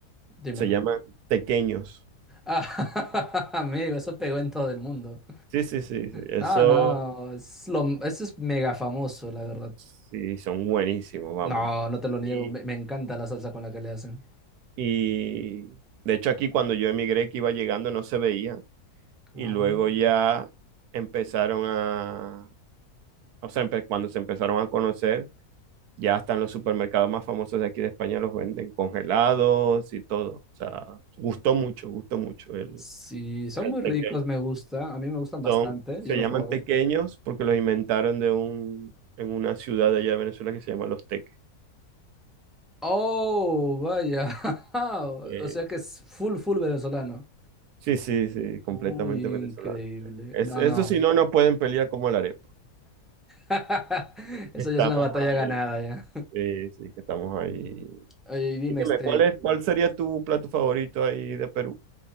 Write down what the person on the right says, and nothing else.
Se llaman tequeños.
Sí, sí, sí, sí. Eso
sí, son buenísimos, vamos.
Y,
y de hecho aquí cuando yo emigré que iba llegando no se veían. y
luego ya empezaron a, o sea, empe- cuando se empezaron a conocer, ya hasta en los supermercados más famosos de aquí de España los venden congelados y todo. O sea, gustó mucho, gustó mucho el,
el
tequeño.
Son, se
llaman
tequeños porque los inventaron de un, en una ciudad de allá de Venezuela que se llama Los Teques.
Eh,
sí.
Sí, sí, sí, completamente
venezolano.
Es,
eso
si no, no pueden pelear como la arepa.
Que
estamos
ahí.
Sí, sí, que estamos ahí
Y dime,
¿cuál es, cuál sería tu plato favorito ahí de Perú?